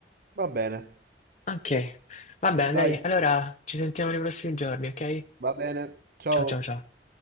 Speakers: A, on the right; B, on the left.
A: Va bene,
B: Ok, va bene,
A: dai,
B: dai, allora ci sentiamo nei prossimi giorni, ok?
A: va bene, ciao.
B: Ciao, ciao, ciao.